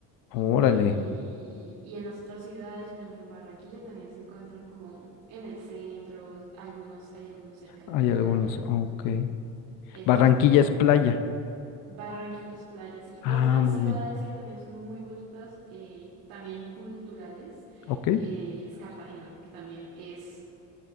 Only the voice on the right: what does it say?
y, y en las otras ciudades, por ejemplo en Barranquilla también se encuentran como en el centro, algunos, hay algunos cerca a
la playa.
Entonces,
Barranquilla es playa, sí.
Otras
ciudades
que también son muy bonitas, eh, también culturales,
eh, es Cartagena, que también es,